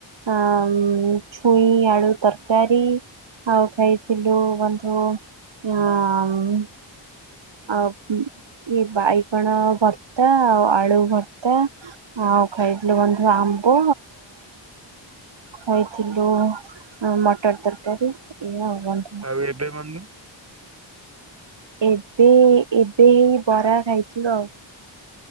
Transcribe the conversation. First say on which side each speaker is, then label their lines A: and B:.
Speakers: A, on the right; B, on the right.
A: ଆ ଛୁଇଁ ଆଳୁ ତରକାରୀ। ଆଉ ଖାଇଥିଲୁ ବନ୍ଧୁ ଆଁ। ଆଉ ଇଏ ବାଇଗଣ ଭର୍ତ୍ତା ଆଉ ଆଳୁ ଭର୍ତ୍ତା। ଆଉ ଖାଇଥିଲୁ ବନ୍ଧୁ ଆମ୍ବ। ଖାଇଥିଲୁ ମଟର ତରକାରୀ ଏଇଆ ଆଉ ବନ୍ଧୁ।
B: ଆଉ ଏବେ ବନ୍ଧୁ।
A: ଏବେ ଏବେ ଏଇ ବରା ଖାଇଥିଲୁ ଆଉ।